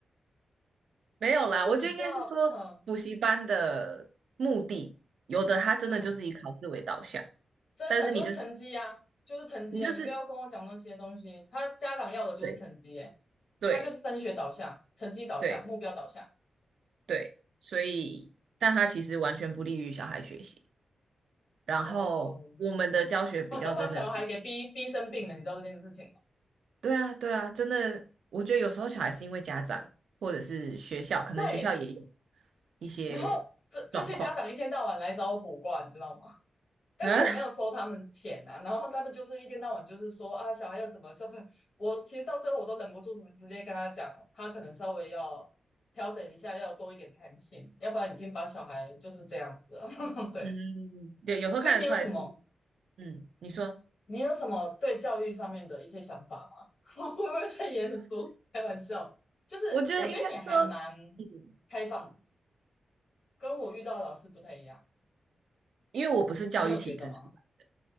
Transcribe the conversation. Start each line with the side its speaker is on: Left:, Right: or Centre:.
Right: <laughs> 没有啦，
Left: 就是比较嗯
Right: 我觉得应该是说补习班的目的，有的他真的就是以考试为导向，
Left: 嗯，真的就是成绩啊，
Right: 但是你就
Left: 就是成绩啊，
Right: 你就是
Left: 你不要跟我讲那些东西，他家长要的就是成绩耶，
Right: 对对
Left: 他就是升学导向、成绩导向、
Right: 对
Left: 目标导向，
Right: 对，所以但他其实完全不利于小孩学习。然后我们的教学比较真的，
Left: 哦、我都把小孩给逼逼生病了，你知道这件事情吗？
Right: 对啊，对啊，真的，我觉得有时候小孩是因为家长或者是学校，可能学校也有
Left: 对，
Right: 一些状况
Left: 然后这这些家长一天到晚来找我补卦，你知道吗？但是我没有收他们钱啊，
Right: 啊，
Left: <laughs> 然后他们就是一天到晚就是说啊，小孩要怎么孝顺。我其实到最后我都忍不住直直接跟他讲，他可能稍微要调整一下，要多一点弹性，要不然已经把小孩就是这样子了。<laughs> 对，
Right: 嗯，<laughs> 对，有时候看得出来是，
Left: 所以你有什么
Right: 嗯，你说，
Left: 你有什么对教育上面的一些想法吗？<laughs> 我会不会太严肃？开玩笑，就是我觉得你还蛮
Right: 我觉得应该说，嗯，
Left: 开放，跟我遇到的老师不太一样，
Right: 因为我不是教育体制出来，
Left: 你有觉得吗？